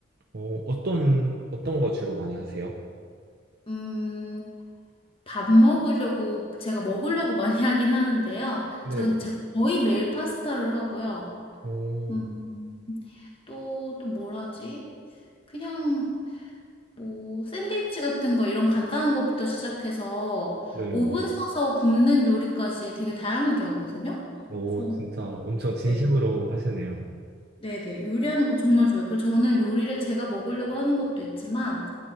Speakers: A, on the right; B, on the left.
A: 어, 어떤, 어떤 거 주로 많이 하세요?
B: 음, 밥 먹으려고, 제가 먹으려고 <laughs> 많이 하긴 하는데요.
A: 네네.
B: 전 제- 거의 매일 파스타를 하고요.
A: 오,
B: 음, 또, 또 뭘 하지? 그냥 뭐 샌드위치 같은 거 이런 간단한 것부터 시작해서
A: 네.
B: 오븐 써서 굽는 요리까지 되게 다양하게 하거든요.
A: 오,
B: 그래서
A: 진짜 엄청 진심으로
B: 네,
A: 하시네요.
B: 네네 요리하는 거 정말 좋아요. 그리고 저는 요리를 제가 먹으려고 하는 것도 있지만